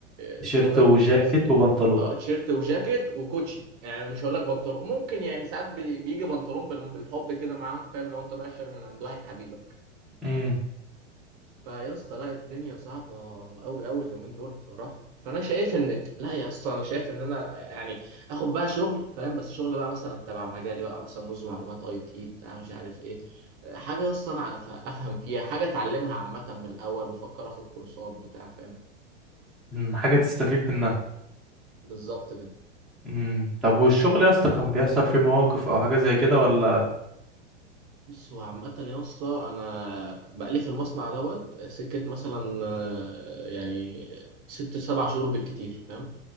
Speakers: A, in the centre; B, on the right.
A: تيشيرت
B: آه، اسمه ده
A: وجاكيت
B: س-
A: وبنطلون
B: اه تيشيرت وجاكيت وكوتشي يعني مش هقول لك بنطلون ممكن يعني ساعات بي- بيجي بنطلون بال- بالحب كده معاهم فاهم لو انت رايح شهر من عند واحد حبيبك
A: امم
B: فيا اسطى لا الدنيا صعبة أوي أوي اليومين دول بصراحة فأنا شايف إن لا يا اسطى أنا شايف إن أنا يعني آخد بقى شغل فاهم بس شغل بقى مثلا تبع مجالي بقى مثلا نظم معلومات أي تي بتاع مش عارف إيه حاجة يا اسطى أنا أف- أفهم فيها حاجة أتعلمها عامة من الأول بفكر آخد كورسات بتاع فاهم
A: أمم، حاجة تستفيد منها
B: بالظبط كده
A: امم طب والشغل يا اسطى كان بيحصل فيه مواقف او حاجة زي كده ولا
B: بص هو عامة يا اسطى أنا بقالي في المصنع دوت سكة مثلا آه، يعني ست سبع شهور بالكتير فاهم